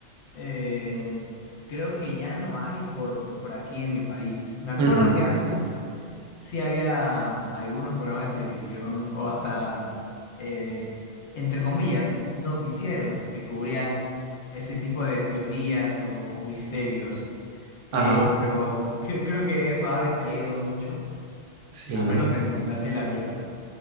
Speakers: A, on the left (about 70°); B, on the right (about 80°).
A: eh, creo que ya no hay por, por aquí en mi país. Me acuerdo
B: Ujú.
A: que antes sí había mm, algunos programas de televisión o hasta, eh, entre comillas, noticieros que cubrían ese tipo de teorías o, o misterios. Eh,
B: Ajá,
A: pero <laughs> cre- creo que eso ha decaído mucho,
B: sí,
A: al
B: ¿no?
A: menos en la tele abierta.